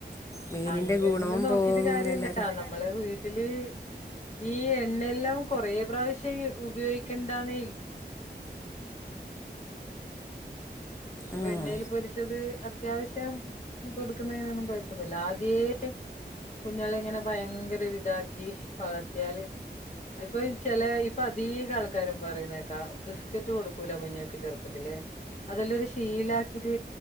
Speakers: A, on the left; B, on the left.
A: മീനിന്റെ
B: അങ്ങനെന്നെ
A: ഗുണവും
B: നോക്കീട്ട്
A: പോവും
B: കാര്യല്യ
A: എല്ലാരും
B: നമ്മളെ വീട്ടില്.. ഈ എണ്ണയ എല്ലാം കൊറേ പ്രാവശ്യം ഉപയോഗിക്കേണ്ടന്നേ <inaudible> അപ്പൊ
A: ഉം
B: എണ്ണൽ പൊരിച്ചത് അത്യാവശ്യം കൊടുക്കുന്നതിനൊന്നും കൊയപ്പൊന്നുല്ല ആദ്യേ കുഞ്ഞളെ ഇങ്ങനെ ഭയങ്കരൊരിതാക്കി വളർത്തിയാല് ഇപ്പൊ ചില ഇപ്പൊ അധിക ആൾക്കാരും പറയുന്നേക്കാ ബിസ്ക്കറ്റ് കൊടുക്കൂല കുഞ്ഞക്ക് ചെറുപ്പത്തില് അതെല്ലാരു ശീല ആക്കിട്ട്